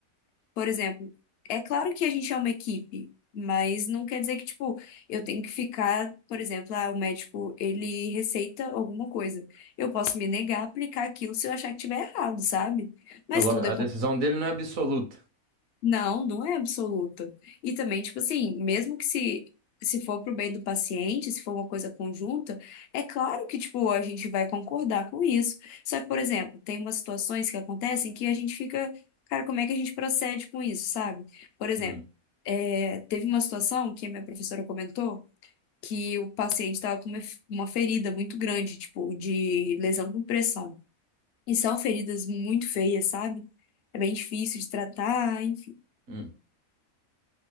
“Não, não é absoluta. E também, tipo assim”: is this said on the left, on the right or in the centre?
Left